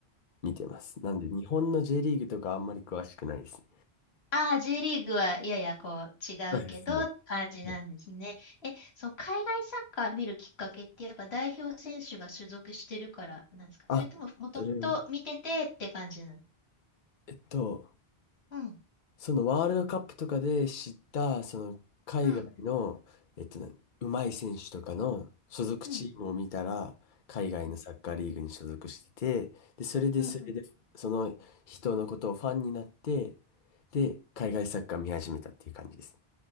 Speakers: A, on the left; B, on the left.
A: 見てます。なんで日本の J リーグとかあんまり詳しくないです。
B: ああ、J リーグはややこう違うけどって感じなんですね。
A: そうですね。はい
B: え、その海外サッカー見るきっかけってやっぱ代表選手が所属してるからなんですかそれとももともと見ててって感じなの
A: あ、それは、えっと、
B: うん、
A: そのワールドカップとかで知った、その海外の、
B: うん、うん、
A: えっとね、うまい選手とかの所属チームを見たら、
B: うん、うん、
A: 海外のサッカーリーグに所属してて、
B: う
A: で、それでそれで、
B: ん。うん
A: その人のことをファンになって、で、海外サッカー見始めたっていう感じです。